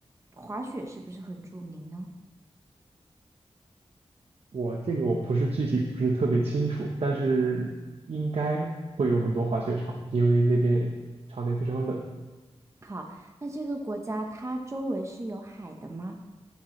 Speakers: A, on the right; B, on the right.
A: 滑雪是不是很著名呢？
B: 我这个我不是具体不是特别清楚，但是应该会有很多滑雪场，因为那边常年非常冷。
A: 好，那这个国家它周围是有海的吗？